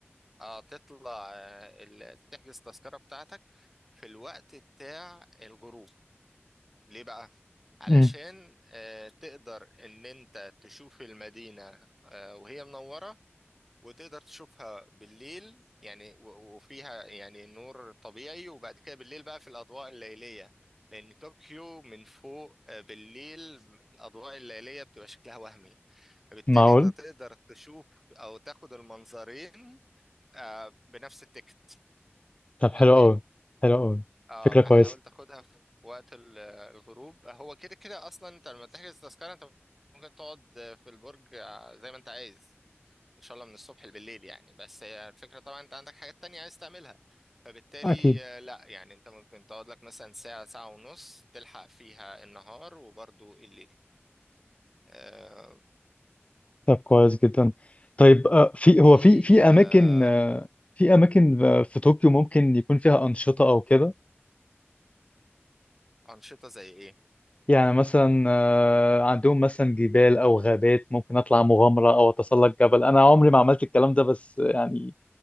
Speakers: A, in the centre; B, on the left.
A: اه تطلع آه، ال- تحجز التذكرة بتاعتك في الوقت بتاع الغروب ليه بقى؟ علشان
B: امم
A: آه، تقدر ان انت تشوف المدينة آه، وهي منورة وتقدر تشوفها بالليل يعني و- وفيها يعني نور طبيعي وبعد كده بالليل بقى في الأضواء الليلية لأن طوكيو من فوق آه، بالليل الأضواء الليلية بتبقى شكلها وهمي فبالتالي
B: معقول
A: انت تقدر تشوف أو تاخد المنظرين آه، بنفس التكت فاهم
B: طب حلو
A: قصدي؟
B: قوي حلو قوي
A: اه
B: فكره
A: فحاول
B: كويسه
A: تاخدها في وقت ال- الغروب هو كده كده اصلا انت لما تحجز تذكرة انت ممكن تقعد في البرج آه، زي ما انت عايز ان شاء الله من الصبح بالليل يعني بس هي الفكرة طبعا انت عندك حاجات تانية عايز تعملها فبالتالي
B: اكيد
A: آه، لا يعني انت ممكن تقعد لك مثلا ساعة ساعة ونص تلحق فيها النهار وبرضو الليل آه،
B: طب كويس جدا طيب آه، في هو
A: في
B: في في
A: آه،
B: اماكن آه، في اماكن آه، في طوكيو ممكن يكون فيها انشطه او كده
A: أنشطة زي ايه؟
B: يعني مثلا آه، عندهم مثلا جبال او غابات ممكن اطلع مغامره او اتسلق جبل انا عمري ما عملت الكلام ده بس يعني